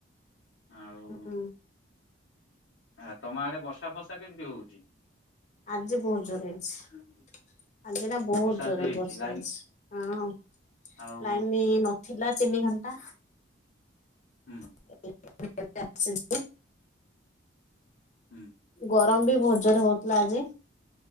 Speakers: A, on the left; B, on the left.
A: ଆଉ
B: ହୁଁ।
A: ଆ ତମ ଆଡେ ବର୍ଷା ଫର୍ଷା କେମିତି ହଉଚି?
B: ଆଜି ବହୁତ ଜୋରରେ ହେଇଛି। ଆଜି ନା ବହୁତ
A: ବର୍ଷା
B: ଜୋରରେ
A: ଆଜି
B: ବର୍ଷା
A: ଲାଇନ
B: ହେଇଛି। ହଁ
A: ଆଉ
B: ଲାଇନ ନଥିଲା ତିନି ଘଣ୍ଟା।
A: ହୁଁ।
B: <inaudible>
A: ହୁଁ।
B: ଗରମ ବି ବହୁତ ଜୋରରେ ହଉଥିଲା ଆଜି।